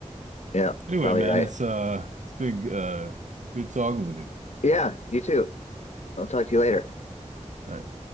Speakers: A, on the left (about 65°); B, on the right (about 80°).
A: yeah.
B: Anyway,
A: Probably
B: man,
A: right.
B: it's uh it's been uh good talking with you.
A: Yeah, you too. I'll talk to you later.
B: All right.